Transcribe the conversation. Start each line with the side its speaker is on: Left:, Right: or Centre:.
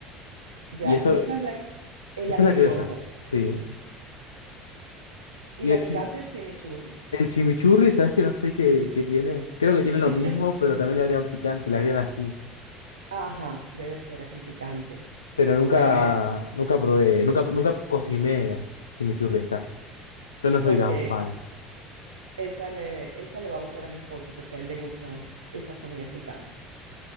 Right: Ya,
Left: Y eso,
Right: y esa
Left: esa
Right: es la, es
Left: es
Right: la
Left: la
Right: criolla.
Left: criolla. Sí.
Right: Y
Left: Y
Right: la
Left: el,
Right: picante
Left: chi-
Right: es chimichurri.
Left: el chimichurri, ¿sabes que no sé qué, qué tiene? Creo que
Right: <laughs>
Left: tiene lo mismo, pero también le agregan picante, le agregan ají.
Right: Ajá, debe ser ají picante.
Left: Pero nunca,
Right: Bueno, eh,
Left: nunca probé, nunca, nunca cociné chimichurri, está. Yo no soy
Right: ok,
Left: tan fan.
Right: esa le, esa le va a gustar a mi esposo porque a él le gustan esas comidas picantes.